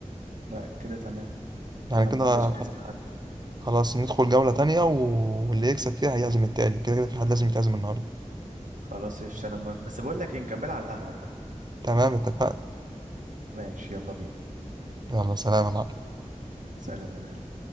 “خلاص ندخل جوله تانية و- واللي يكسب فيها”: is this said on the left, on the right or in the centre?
Right